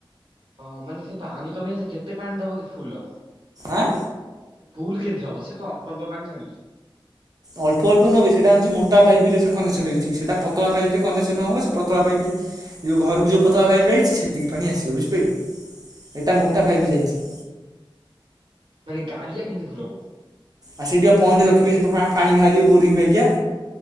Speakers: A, on the right; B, on the right.
A: ହଁ, ମାନେ ସେ ପାଣି କମିଲେ ସେ କେତେ ପାଣି ଦବ କି ଫୁଲ୍ ହବ?
B: ଆଁ।
A: ସେ ଫୁଲ୍ କେମିତି ହବ ସେ ତ ଅଳ୍ପ ଅଳ୍ପ ପାଣି ଛାଡୁଛି।
B: ଅଳ୍ପ ଅଳ୍ପ ନୁଅବେ ସେଟା ହଉଛି ମୋଟା ପାଇପିରେ ସେ କନେକ୍ସନ ହେଇଛି, ସେଟା ପତଳା ପାଇପିରେ କନେକ୍ସନ ହବ ସେ ପତଳା ପାଇପରେ ଯୋଉ ଘରକୁ ଯୋଉ ପତଳା ପାଇପି ଆଇଛି ସେତିକି ପାଣି ଆସିବ ବୁଝିପାଇଲୁ, ଏଟା ମୋଟା ପାଇପି ଯାଇଛି।
A: ମାନେ ଗାଡ଼ିଆ କେମିତି ଫୁଲ୍ ହବ?
B: ଆ ସେଇଟିପା ପଏଣ୍ଟ ରଖିବେ ପା ପାଣି ବାହାରିବ ବୋରିଂ ବାଗିଆ।